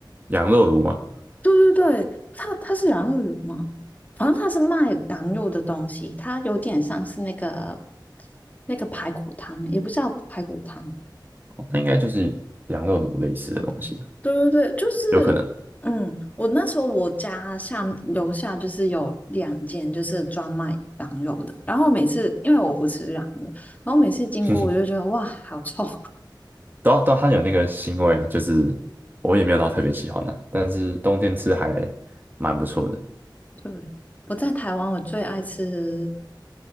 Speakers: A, on the right; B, on the left.
A: 羊肉炉吗？
B: 对对对，它它是羊肉乳吗？反正它是卖羊肉的东西，它有点像是那个那个排骨汤，也不叫排骨汤。
A: 哦那应该就是羊肉炉类似的东西，
B: 哦，对对对，就是嗯，
A: 有可能。
B: 我那时候我家下楼下就是有两间就是专卖羊肉的，然后每次因为我不吃羊的，然后每次经过我就觉得哇，
A: <laughs>
B: 好臭。
A: 都都它有那个腥味啊，就是我也没有到特别喜欢的、但是冬天吃还蛮不错的。
B: <laughs> 对，我在台湾我最爱吃